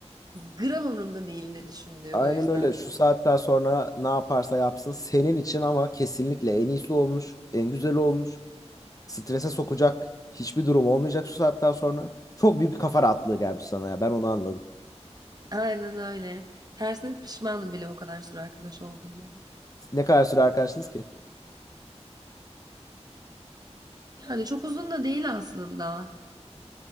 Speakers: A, on the right; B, on the left.
A: gram umurumda değil ne düşündüğü
B: Aynen
A: o yüzden.
B: öyle. Şu saatten sonra ne yaparsa yapsın senin için ama kesinlikle en iyisi olmuş, en güzeli olmuş. Strese sokacak hiçbir durum olmayacak şu saatten sonra. Çok büyük bir kafa rahatlığı gelmiş sana ya. Ben onu anladım.
A: Aynen öyle. Tersine pişmanım bile o kadar süre arkadaş olduğuma.
B: Ne kadar süre arkadaşsınız ki?
A: Yani çok uzun da değil aslında.